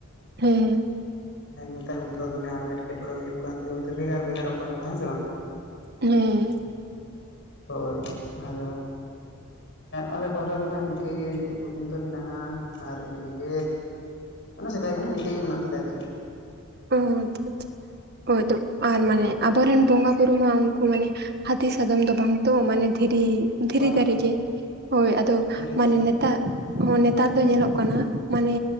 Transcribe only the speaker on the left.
ᱱᱮᱛᱟᱨ ᱢᱟᱛᱚ ᱫᱚᱢᱮ ᱟᱨᱚ ᱮᱴᱠᱮᱴᱚᱬᱮ ᱦᱩᱭᱩᱜ ᱠᱟᱱᱛᱮ ᱦᱳᱭᱛᱳ ᱵᱷᱮᱜᱟᱨ ᱵᱷᱮᱜᱟᱨᱚᱜ ᱠᱟᱱᱟ ᱠᱚ ᱦᱮᱸ ᱥᱮ ᱵᱟᱝ?
ᱦᱳᱭ ᱟᱫᱚ ᱟᱞᱮ ᱯᱟᱦᱴᱟ ᱫᱚ ᱱᱟᱦᱟᱜ ᱤᱝᱠᱟᱹ ᱜᱮ ᱱᱤᱛᱚᱜ ᱯᱚᱨᱡᱚᱱᱛᱚ ᱢᱮᱱᱟᱜᱼᱟ ᱟᱨ ᱤᱱᱠᱟᱹ ᱜᱮ ᱢᱟᱱᱮ ᱥᱮᱫᱟᱭ ᱠᱷᱚᱱᱟᱜ ᱤᱱᱠᱟᱹ ᱜᱮ ᱢᱮᱱᱟᱜ ᱛᱟᱞᱮᱭᱟ ᱟᱨ ᱪᱮᱫ ᱾
ᱦᱳᱭ
ᱵᱟᱝ
ᱫᱷᱤᱨᱤ
ᱫᱟᱨᱮ